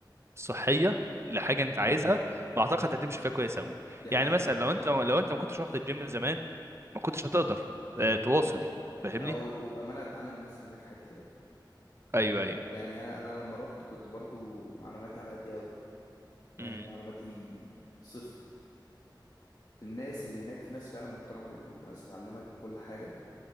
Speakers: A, on the right; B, on the left.
A: صحيه لحاجه انت
B: أمم،
A: عايزها
B: دي حقيقة
A: بعتقد هتمشي فيها كويس قوي
B: دي
A: يعني
B: حقيقة
A: مثلا
B: بأمانة
A: لو انت لو انت ما كنتش رحت الجيم زمان ما كنتش هتقدر آه، تواصل فاهمني
B: آه، و- وبأمانة اتعلم من الناس اللي هناك حاجات كتير قوي
A: ايوه ايوه
B: يعني انا انا لما رحت كنت برضو معلوماتي على قد قوي يعني
A: مم.
B: معلوماتي صفر الناس اللي هناك في ناس فعلا محترمة جدا في ناس هتعلمك كل حاجة